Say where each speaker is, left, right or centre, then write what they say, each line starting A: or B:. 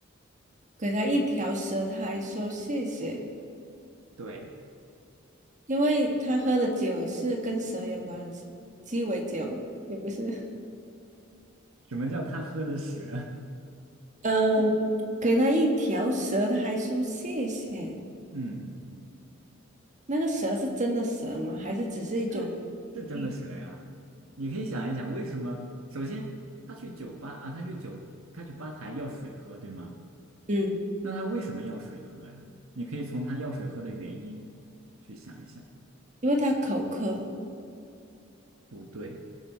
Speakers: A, on the right; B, on the right.
A: 给他一条蛇，他还说谢谢，
B: 对，
A: 因为他喝的酒是跟蛇有关系，鸡尾酒也不是。
B: 什么叫他喝的蛇？
A: 嗯，给他一条蛇，他还说谢谢。
B: <laughs> 嗯嗯嗯，
A: 那个蛇是真的蛇吗？还是只是一种
B: 是是真的蛇呀。
A: 喻？
B: 你可以想一想，为什么？首先，他去酒吧啊，他去酒，他去吧台要水喝，对吗？
A: 嗯，
B: 那他为什么要水喝呀？你可以从他要水喝的原因去想一想。
A: 因为他口渴，
B: 不对，